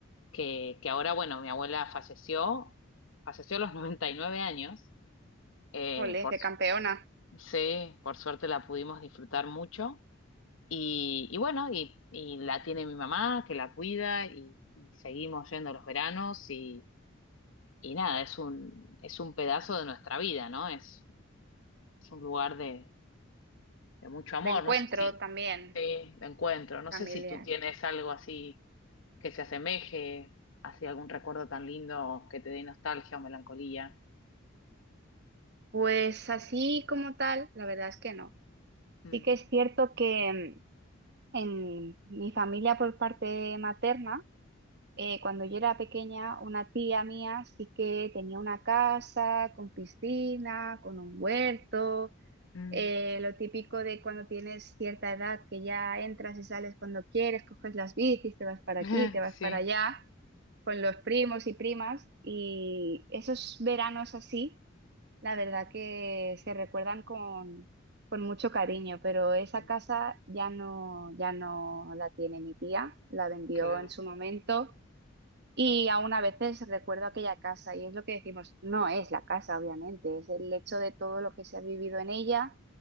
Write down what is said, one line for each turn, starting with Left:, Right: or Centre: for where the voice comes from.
Left: que, que ahora, bueno, mi abuela falleció, falleció a los <laughs> 99 años, eh,
Right: ole,
Left: por,
Right: qué campeona.
Left: sí, por suerte la pudimos disfrutar mucho y, y bueno, y, y la tiene mi mamá que la cuida y, y seguimos yendo los veranos y, y nada, es un, es un pedazo de nuestra vida, ¿no? Es, es un lugar de, de mucho amor,
Right: De encuentro
Left: no sé si...
Right: también,
Left: Sí, de encuentro. No
Right: familiar.
Left: sé si tú tienes algo así que se asemeje, así algún recuerdo tan lindo que te dé nostalgia o melancolía.
Right: Pues así como tal, la verdad es que no.
Left: Mm,
Right: Sí que es cierto que mm, en mi familia por parte materna, eh, cuando yo era pequeña, una tía mía sí que tenía una casa con piscina, con un huerto,
Left: mm.
Right: eh, lo típico de cuando tienes cierta edad que ya entras y sales cuando quieres, coges las bicis, te vas para
Left: <laughs>
Right: aquí, te vas
Left: Sí,
Right: para allá, con los primos y primas. Y esos veranos así la verdad que se recuerdan con, con mucho cariño, pero esa
Left: mm,
Right: casa ya no, ya no la tiene mi tía, la vendió
Left: claro,
Right: en su momento y aún a veces recuerdo aquella casa y es lo que decimos, no es la casa, obviamente, es el hecho de todo lo que se ha vivido en ella,